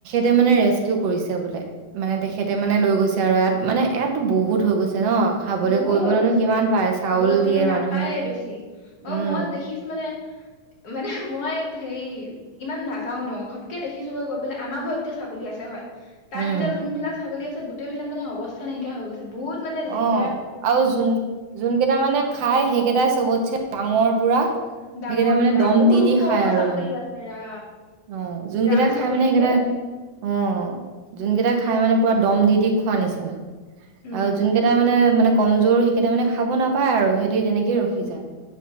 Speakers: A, on the right; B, on the left.
A: এতিয়া মানে ৰেস্কিউ কৰিছে বোলে মানে তেখেতে মানে লৈ গৈছে আৰু ইয়াত মানে ইয়াতো বহুত হৈ গৈছে ন খাবলৈ
B: বহুত
A: কৰিবলৈনো
B: হৈ গৈছে
A: কিমান পায়
B: খাবলৈ
A: চাউল
B: কবলৈ
A: দিয়ে
B: নাপায়ে
A: মানুহে
B: বেছি অ
A: উম
B: মই দেখিছো মানে মানে মই হেৰি ইমান নাযাও ন ঘপকে দেখিছো গৈ গৈ পেলাই আমাৰ ঘৰটো এতিয়া ছাগলী আছে হয় তাত
A: উম
B: এতিয়া যোনবিলাক ছাগলী আছে গোটেইলাক মানে অৱস্থা নাইকিয়া হৈ গৈছে বহুত মানে লেট
A: অ আৰু যোন যোন কেইটা মানে খাই সেইকেইটাই চবতছে ডাঙৰ পুৰা
B: ডাঙৰ
A: সেইকেইটা মানে
B: পুৰা
A: দম
B: বহুত
A: দি
B: ওখ
A: দি খাই
B: ওখ
A: আৰু
B: ছাগলী
A: মানে
B: আছে ৰা
A: অ যোন
B: ৰাম
A: কেইটা
B: ছাগলী
A: খাই মানে সেইকেইটা
B: যে
A: অ যোন
B: উম
A: কেইটা খাই মানে পোৰা দম দি দি খোৱা নিছিনা
B: উম
A: আৰু যোনকেইটা মানে মানে কমজোৰ সেইকেইটা মানে খাব নাপায় আৰু সেহ টি তেনেকেই
B: উম
A: ৰখি যায়